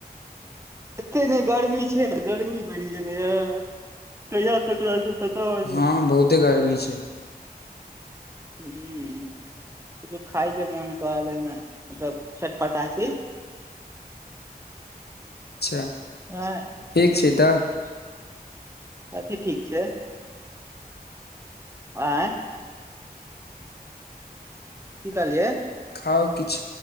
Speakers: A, on the right; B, on the left.
A: एते जे गर्मी छै ने गर्मी बढ़ि गेलैये कहिया तक रहतै पता नहि,
B: हँ बहुते गर्मी छै
A: हूँ। कुछो खाय के मोन कऽ रहल अइ हमरा मतलब चटपटा चीज।
B: अच्छा।
A: ह
B: ठीक
A: ह
B: छै तऽ
A: <unintelligible> अथि ठीक छै। आंय। की कहलियै।
B: खाउ किछ।